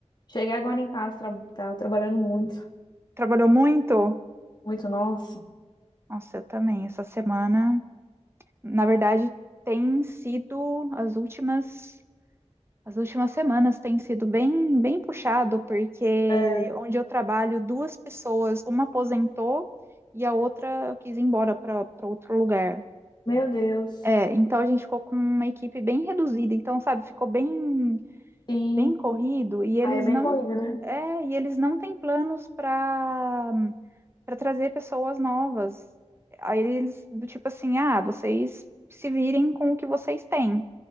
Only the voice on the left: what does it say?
Cheguei agora em casa, tra- tava trabalhando muito,
muito, nossa.
É,
Meu Deus.
Sim.
Aí é bem
corrida, né?